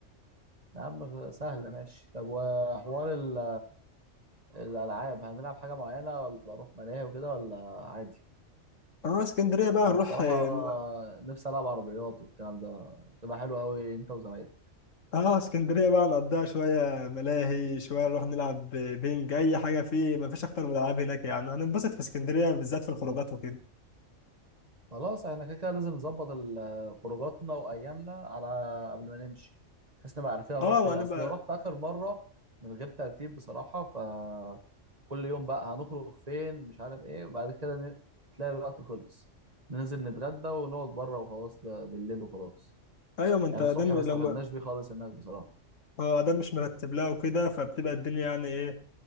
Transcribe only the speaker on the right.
يا عم سهله ماشي طب وحوار ال... الالعاب هنلعب حاجه معينه ولا اروح ملاهي وكده ولا عادي
انا
بصراحه
نفسي العب عربيات والكلام ده تبقى حلوه قوي انت وزمايلك
خلاص احنا كده كده لازم نظبط ال- خروجاتنا وايامنا على قبل ما نمشي بحيث نبقى عارفين هنروح
فين
اصل لو رحت اخر مره من غير ترتيب بصراحه ف كل يوم بقى هنخرج فين مش عارف ايه وبعد كده ن... تلاقي الوقت خلص ننزل نتغدى ونقعد بره وخلاص ده بالليل وخلاص
يعني
الصبح ما
استفدناش
بيه خالص هناك بصراحه